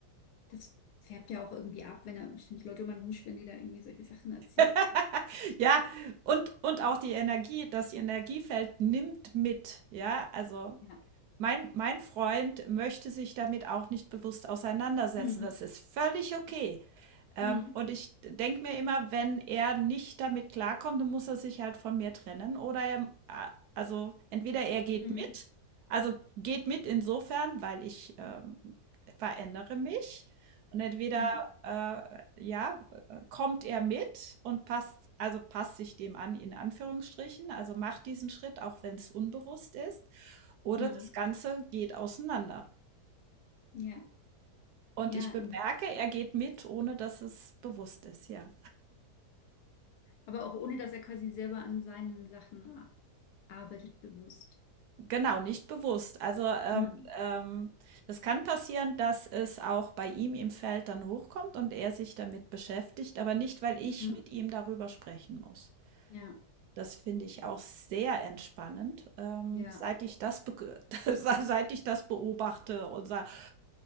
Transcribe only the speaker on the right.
<laughs> Ja, und, und auch die Energie, das Energiefeld nimmt mit. Ja, also
mein, mein Freund möchte sich damit auch nicht bewusst auseinandersetzen.
Das ist völlig okay. Ähm,
und ich denke mir immer, wenn er nicht damit klarkommt, dann muss er sich halt von mir trennen oder er, a- also entweder er geht
mit, also geht mit insofern, weil ich ähm, verändere mich und entweder
äh, ja, äh, kommt er mit und passt, also passt sich dem an, in Anführungsstrichen, also macht diesen Schritt, auch wenn es unbewusst ist, oder
das Ganze geht auseinander.
Und
ich bemerke,
er geht mit, ohne dass es bewusst ist, ja.
Genau, nicht bewusst. Also, ähm,
ähm, das kann passieren, dass es auch bei ihm im Feld dann hochkommt und er sich damit beschäftigt, aber nicht, weil ich
mit ihm darüber sprechen muss.
Das finde ich auch sehr entspannend, ähm,
seit ich das bege- <laughs> seit ich das beobachte und sage,